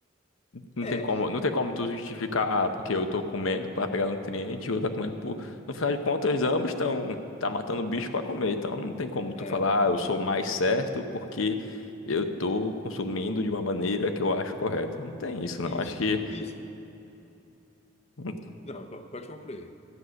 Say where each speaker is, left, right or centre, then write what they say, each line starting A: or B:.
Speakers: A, on the left; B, on the left.
A: Não
B: É,
A: tem como, não tem como tu justificar, ah, porque eu tô comendo pra pegar nutriente e o outro tá comendo por. No final de contas, ambos estão tá matando bicho pra comer. Então não tem como tu
B: é,
A: falar, ah, eu sou mais certo porque eu tô consumindo de uma maneira que eu acho correta. Não tem isso,
B: isso,
A: não. Acho que
B: isso.
A: não,
B: Não, po- pode concluir.